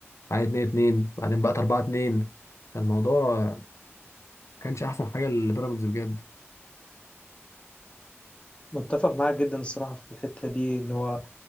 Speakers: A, on the left (about 90°); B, on the left (about 25°).
A: بعدين 2-2 بعدين بقت 4-2 فالموضوع ما كانش احسن حاجه لبيراميدز بجد
B: متفق معاك جدا الصراحة في الحتة دي اللي هو